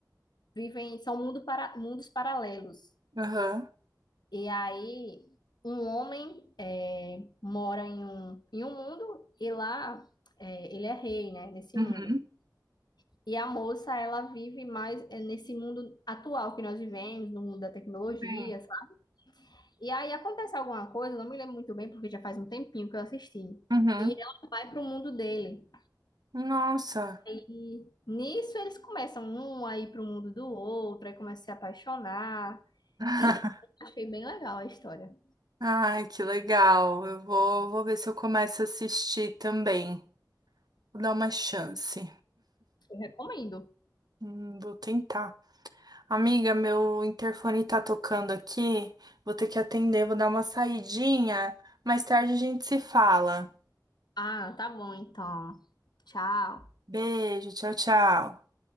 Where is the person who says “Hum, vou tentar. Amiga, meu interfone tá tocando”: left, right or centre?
Right